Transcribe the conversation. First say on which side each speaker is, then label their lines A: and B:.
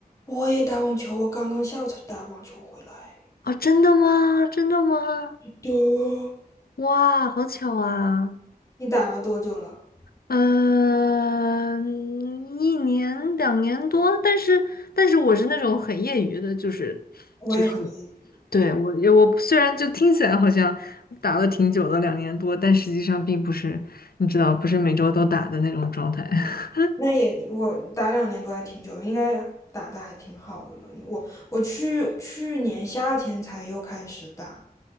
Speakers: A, on the left; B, on the left.
A: 我也打网球，我刚刚下午才去打网球回来。
B: 啊，真的吗？真的吗？
A: 的，
B: 哇，好巧啊！
A: 你打了多久了？
B: 嗯、一年两年多，但是但是我是那种很业余的，就是就是
A: 我也很业余，
B: 对我我虽然就听起来好像打了挺久的两年多，但实际上并不是你知道，不是每周都打的那种状态。<laughs>
A: 那也我打两年多还挺久，应该打的还挺好的了。因为我我去去年夏天才又开始打，